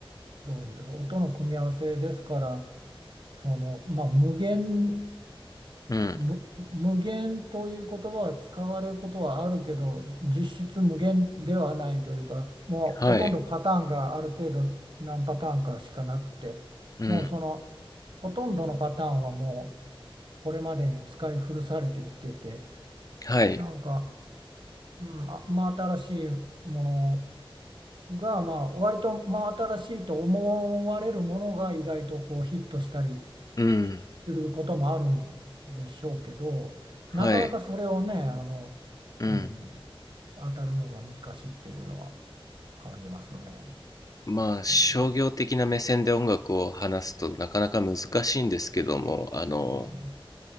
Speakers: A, on the right; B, on the left.
A: どういうんですか、音の組み合わせですから、その、まあ無限
B: うん
A: む無限という言葉は使われることはあるけど実質無限ではないというかもうほとんどパターンがある程度何パターンかしかなくてもうその
B: はいうん
A: ほとんどのパターンはもうこれまでに使い古されてきてて
B: はい
A: なんか、うん、あ真新しいものがまあ割と真新しいと思われるものが意外とこうヒットしたり
B: うん
A: することもあるんでしょうけど、なかなかそれをね、
B: はい
A: あの、
B: うん
A: うん、当たるのが難しいっていうのは感じますね。
B: まあ商業的な目線で音楽を話すとなかなか難しいんですけどもあの
A: うん、うん、